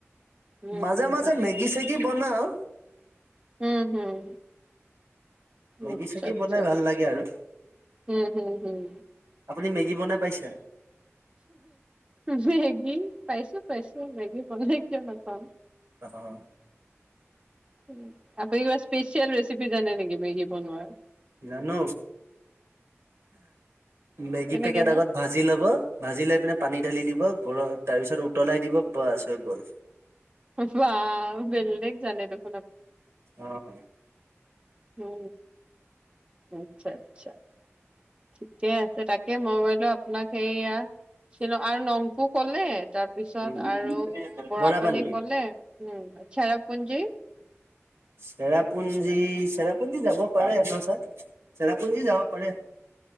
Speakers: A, on the right; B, on the right.
A: উম
B: মাজে
A: হুম
B: মাজে মেগি চেগি বনাওঁ
A: উম হম
B: মেগী
A: আচ্ছা
B: চেগি
A: আচ্ছা
B: বনাই ভাল লাগে আৰু
A: হম হম হম
B: আপুনি মেগী বনাই পাইছে
A: মেগী পাইছোঁ পাইছোঁ মেগী বনাই কিয় নাপাম
B: আঁহ
A: উম আপ ই স্পেচিয়েল ৰেচিপি জানে নেকি মেগি বনাই
B: জানো মেগী
A: কেনেকেনো
B: পেকেট আগত ভাজি লব ভাজি লৈ পিনে পানী ঢালি দিব তাৰপিছত উতলাই দিব বাছ হৈ গ'ল
A: ৱাহ বেলেক জানে দেখোন
B: আঁহ
A: উ আচ্ছা আচ্ছা ঠিকে আছে তাকে মই বলো আপোনাক সেইয়া শ্বিল আৰু নংপু কলে তাৰপিছত
B: উম
A: আৰু বৰাপানী
B: বৰা পানী
A: কলে উম চেৰাপুঞ্জী
B: চেৰাপুঞ্জী চেৰাপুঞ্জী যাব পাৰে চেৰাপুঞ্জী যাব পাৰে